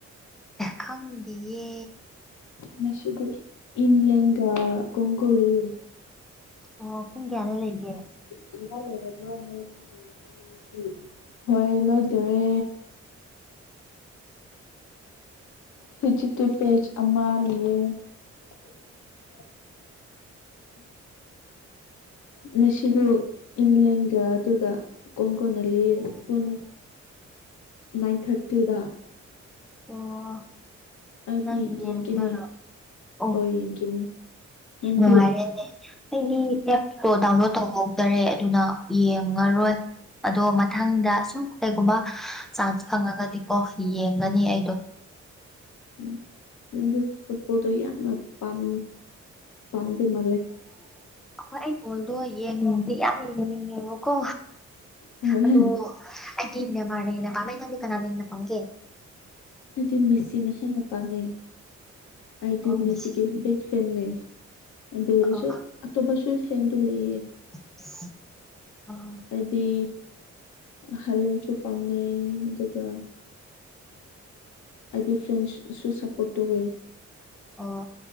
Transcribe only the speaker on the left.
ꯉꯁꯤꯗꯤ ꯏꯪꯂꯦꯟꯒ ꯀꯣꯡꯒꯣ ꯂꯩꯌꯦ
<unintelligible> ꯍꯣꯏ ꯂꯣꯏꯗꯣꯔꯦ ꯍꯧꯖꯤꯛꯇꯨ ꯄꯦꯖ ꯑꯃ ꯂꯩꯌꯦ <unintelligible> ꯉꯁꯤꯗꯨ ꯏꯪꯂꯦꯒ ꯑꯗꯨꯒ ꯀꯣꯟꯒꯣꯅ ꯂꯨꯢꯌꯦ ꯄꯨꯡ ꯅꯥꯏꯟ ꯊꯥꯔꯇꯤꯗ
ꯑꯩꯗꯤ
ꯌꯦꯡꯒꯅꯤ
ꯍꯣꯏ ꯌꯦꯡꯒꯅꯤ ꯅꯪꯗꯤ
ꯎꯝ ꯅꯪꯗꯤ ꯐꯨꯠꯕꯣꯜꯗꯣ ꯌꯥꯝꯅ ꯄꯥꯝ ꯄꯥꯝꯗꯣꯢ ꯃꯥꯜꯂꯦ
ꯍꯣꯏ
ꯑꯩꯗꯤ ꯃꯦꯁꯤꯅ ꯍꯦꯟꯅ ꯄꯥꯝꯃꯦ ꯑꯩ ꯇꯨ
ꯃꯦꯁꯤꯒꯤ
ꯕꯦꯁ ꯐ꯭ꯔꯦꯟꯅꯦ ꯑꯗꯨꯑꯣꯢꯔꯁꯨ
ꯑꯇꯣꯞꯄꯁꯨ ꯐꯦꯟꯗꯣ ꯂꯩꯌꯦ
ꯑꯩꯗꯤ ꯍꯥꯂꯟꯁꯨ ꯄꯥꯝꯃꯦ ꯑꯗꯨꯒ ꯑꯩꯗꯤ ꯐ꯭ꯔꯦꯟꯁꯁꯨ ꯁꯞꯄꯣꯔꯠ ꯇꯧꯋꯦ